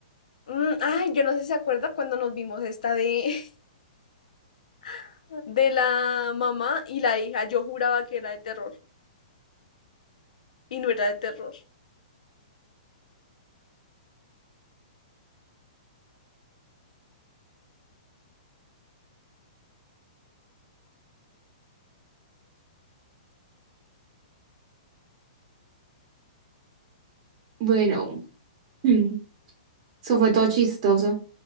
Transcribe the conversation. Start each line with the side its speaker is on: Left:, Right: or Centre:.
Left: mm, ay, yo no sé si se acuerda cuando nos vimos esta de, <laughs> de la mamá y la hija. Yo juraba que era de terror. Y no era de terror.
Right: Bueno, <clears throat> mm, eso fue todo chistoso.